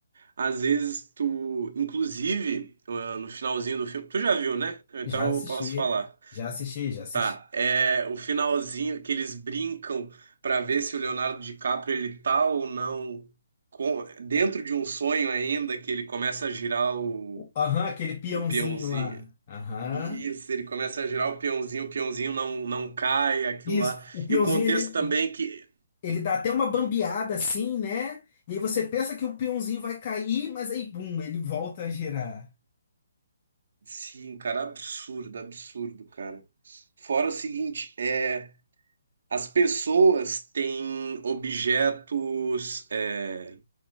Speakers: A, on the right; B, on the left.
A: às vezes tu, inclusive, ah, no finalzinho do filme, tu já viu, né? Então
B: já assisti,
A: eu posso falar.
B: já assisti, já assisti.
A: Tá, é o finalzinho que eles brincam pra ver se o Leonardo DiCaprio ele tá ou não com- dentro de um sonho ainda que ele começa a girar o,
B: Aham, aquele peãozinho
A: o peãozinho.
B: lá. Aham.
A: Isso, ele começa a girar o peãozinho, o peãozinho não, não cai, aquilo
B: Isso,
A: lá.
B: o peãozinho
A: E o contexto
B: ele,
A: também que
B: ele dá até uma bambeada assim, né? E aí você pensa que o peãozinho vai cair, mas aí, bum, ele volta a girar.
A: sim, cara, absurdo, absurdo, cara. Fora o seguinte, é as pessoas têm objetos é,